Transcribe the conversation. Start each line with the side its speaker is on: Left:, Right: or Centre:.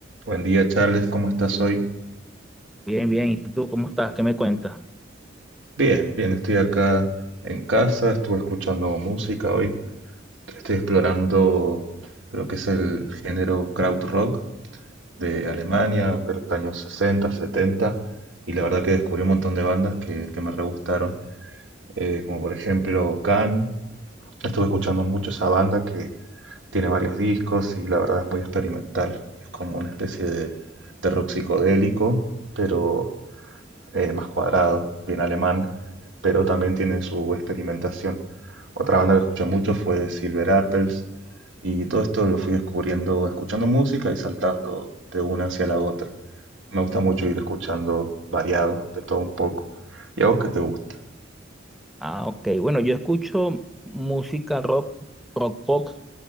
Right: Buen día, Charles, ¿cómo estás hoy?
Centre: Bien, bien. ¿Y tú cómo estás? ¿Qué me cuentas?
Right: Bien, bien, estoy acá en casa, estuve escuchando música hoy, estoy explorando lo que es el género krautrock de Alemania, de los años 60, 70, y la verdad que descubrí un montón de bandas que, que me re gustaron, eh, como por ejemplo Can, estuve escuchando mucho esa banda que tiene varios discos y la verdad es muy experimental, es como una especie de, de rock psicodélico, pero eh, más cuadrado, bien alemán, pero también tiene su experimentación. Otra banda que escuché mucho fue Silver Apples, y todo esto lo fui descubriendo escuchando música y saltando de una hacia la otra. Me gusta mucho ir escuchando variado, de todo un poco. ¿Y a vos qué te gusta?
Centre: Ah, ok. Bueno, yo escucho música rock, rock pop.